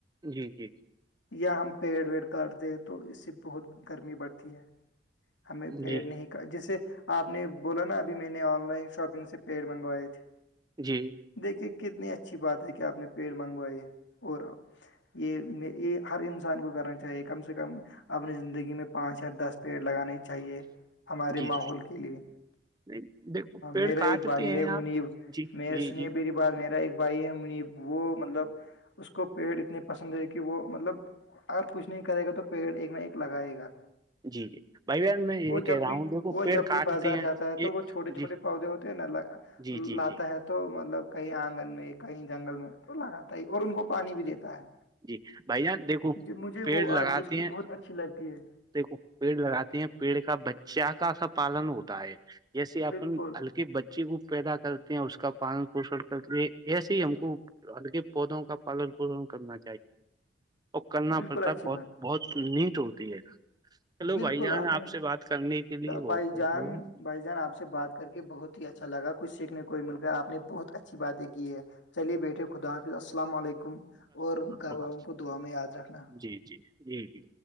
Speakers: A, on the right; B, on the left.
A: جی جی
B: یا ہم پیڈ کاٹ دے تو اس بہت گرمی بڑھتی ہے ہمیں پیر
A: جی
B: نہیں جیسے اپ نے بولو نا ابھی میں نے ان لائن شاپنگ سے پیٹ منگوائے تھے
A: جی
B: دیکھیں کتنی اچھی بات ہے کہ اپ نے پیڑ منگوائی ہے اور یہ ہر انسان کو کہنا چاہیے کم سے کم اپنی زندگی میں پانچ ہے د پیڈ لگانے چاہیے ہمارے
A: جی
B: ماحول کے لیے
A: بھائی دیکھو پیڑ
B: میرا
A: کاٹتے
B: ایک بھائی
A: ہیں
B: ہے منیب
A: آپ جی جی
B: نے سنیے
A: جی
B: میری پر میرا ایک بھائی ہے وہ مطلب اس کو پیٹ اتنی پسند کہ وہ مطلب اپ کچھ نہیں کرے گا تو پیڈ ایک نہ ایک لگائے گا
A: جی جی بھائی جان میں یہ
B: وہ
A: کہہ
B: جب
A: رہا
B: بھی
A: ہوں دیکھو
B: وہ
A: پیڑ
B: جب
A: کاٹتے
B: بھی بازار
A: ہیں
B: جاتا ہے
A: یہ
B: تو وہ چھوٹے
A: جی
B: چھوٹے پودے ہوتے ہیں ن
A: جی جی
B: لاتتا
A: جی
B: ہے مطلب کہ انگن میں کہیں جنگل میں اور ان کو پانی بھی دیتا ہے
A: جی بھائی جان
B: یہ مجھے
A: پیڑ
B: وہ
A: لگاتے
B: اس کی
A: ہیں
B: بہت اچھی لگتی ہے
A: دیکھو پیڑ لگاتے ہیں پیڑ کا بچہ کا پالن ہوتا ہے جیسے اپ
B: بالکل
A: ہلکی جی وہ پیدا کرتے ہیں اس کا پانی پشٹ کرتے ایسے ہی ہم کو کے پودوں کا پالک کرنا کرنا
B: بالکل
A: پڑتا
B: اچھی
A: ہے بہت
B: بات
A: بہت نیٹ ہوتی ہے چلو
B: بالکل
A: بھائی جان
B: اپ ہے
A: سے بات کرنے کے لیے
B: بھائی
A: بہت بہت
B: جان
A: بہت-
B: بھائی جان اپ سے بات کر کے بہت ہی اچھا لگا کچھ سیکھنے کو مل کر اپ نے بہت اچھی باتیں کی ہیں علی بیٹے خدا السلام علیکم اور
A: ب
B: گھر والوں کو دعا میں یاد رکھنا
A: جی جی جی جی